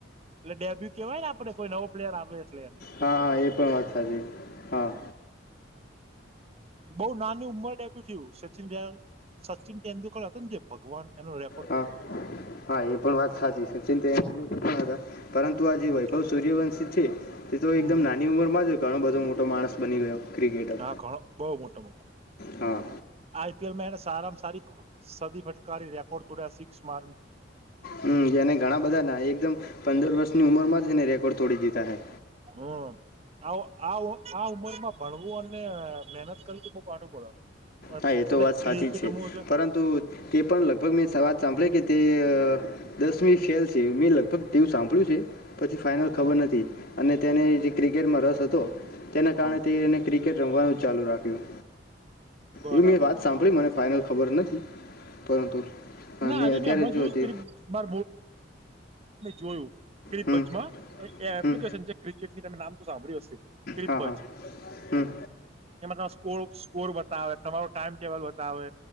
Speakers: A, on the right; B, on the left.
A: એટલે ડેબ્યુ કેવાયને આપડે કોઈ નવો પ્લેયર આવે એટલે એમ
B: હા એ પણ વાત સાચી હા.
A: બઉ નાની ઉંમર ડેબ થયું સચિન ડલ. સચિન તેડુલકર હતોને જે ભગવાન એનો રે.
B: હા હા એ પણ વાત સાચી સચિન તેંડુલકર હતા પરંતુ આ જે
A: હમ
B: વૈભવ સુયૅવંશી સૂર્યવંશી છે તે તો એકદમ
A: હમ હમ
B: નાની ઉંમરમાં જય ઘણો બધો મોટો માણસ બની ગયો. ક્રિકેટર
A: હા ઘણો બહુ મોટા મોટો
B: હા
A: આઈપીએલમાં એને સારામાં સારી સદી ફટકારી રેકોર્ડ તોડ્યા સિક્સ માર.
B: હમ એ અને ઘણા બધા ના એકદમ પંદર વર્ષની ઉંમરમાં જ એને રેકોર્ડ તોડી દીધા હે.
A: હો. આવુ આવુ આ ઉંમર માં ભણવું અને મહેનત કરી છે બહુ કાઢું પડે. પણ
B: હા એ તો
A: અને
B: વાત સાચી
A: ક્રિકેટ
B: છે
A: રમવું એટલે
B: પરંતુ તે પણ લગભગ મેં સ વાત સાંભળે કે તે. દસમી ફેલ છે મેં લગભગ તેવું સાંભળ્યું છે. પછી ફાઈનલ
A: હમ
B: ખબર નથી અને તેને જે ક્રિકેટમાં રસ હતો તેના કારણે
A: હ
B: તેને કિકેટ રમવાનું ચાલુ રાખ્યું.
A: બરાબર
B: એવી મેં વાત
A: બરાબર
B: સાંભળી મને ફાઈનલ ખબર નથી પરંતુ અને
A: ના આજે
B: અત્યારે
A: ભી હમણા
B: જો તે
A: જોયું <unintelligible>
B: હમ
A: બજમાં એપ્લિકેશન
B: હમ
A: છે. ક્રિકેટની તમે નામ તો સાંભળ્યું હશે ક્રિપ
B: હા
A: બજ
B: હા હમ
A: એમાં તમારો સ્કોર બતાવે તમારો ટાઈમ ટેબલ બતાવે